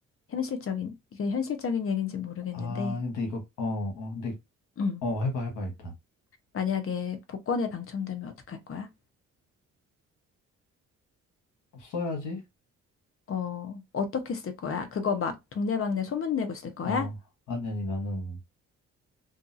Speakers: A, on the left; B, on the left.
A: 현실적인, 이게 현실적인 얘기인지 모르겠는데,
B: 아, 근데 이거 어, 어, 근데
A: 음,
B: 어, 해봐, 해봐 일단.
A: 만약에 복권에 당첨되면 어떡할 거야?
B: 써야지.
A: 어, 어떻게 쓸 거야? 그거 막 동네방네 소문내고 쓸 거야?
B: 어, 아니 아니 나는